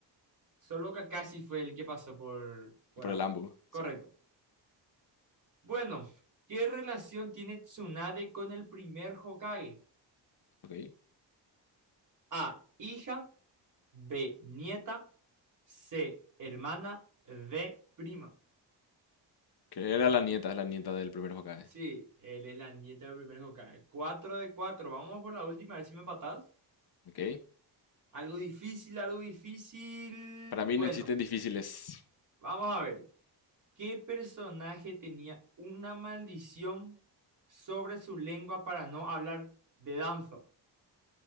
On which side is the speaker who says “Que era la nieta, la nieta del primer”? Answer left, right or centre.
Left